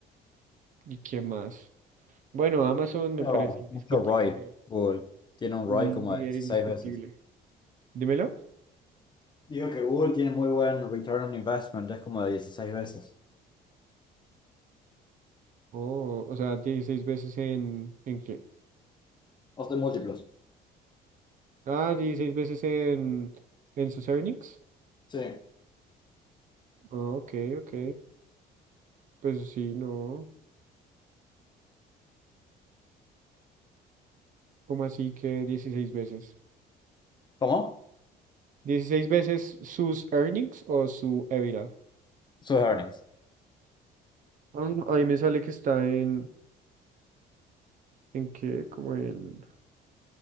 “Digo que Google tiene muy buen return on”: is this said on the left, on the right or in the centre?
Left